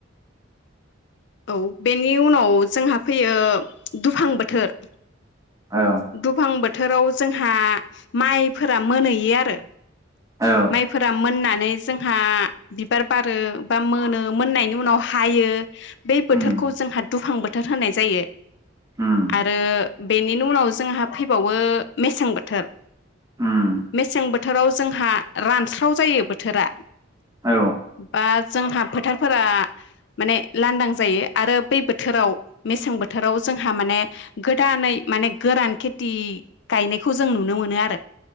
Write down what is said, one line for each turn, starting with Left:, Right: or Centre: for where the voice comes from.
Left: औ बेनि उनाव जोंहा फैयो दुफां बोथोर।
Right: औ
Left: दुफां बो थोराव जोंहा माइफोरा मोनहैयो आरो।
Right: औ
Left: माइफोरा मोनना नै जोंहा बिबार बारो बा मोनो मोननायनि उनाव हायो। बे
Right: उम
Left: बोथोरखौ जोंहा। दुफां बोथोर होनाय जायो।
Right: उम
Left: आरो बेनिनि उनाव जोंहा फैबावो मेसें बोथोर।
Right: उम
Left: मेसें बोथोराव जोंहा। स्राव जायो बोथोरा।
Right: औ
Left: बा जोंहा फोथार फोरा। माने लांदां जायो आरो बै बोथोराव मेसें बोथोराव जोंहा माने गोदानै माने गोरान खेथि गायनायखौ जों नुनो मोनो आरो।